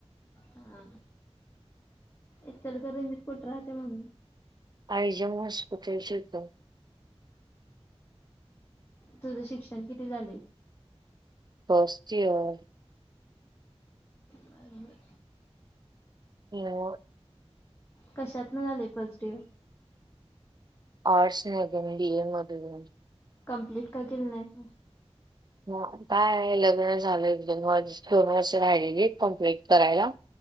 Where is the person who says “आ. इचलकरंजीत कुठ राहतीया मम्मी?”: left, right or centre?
Left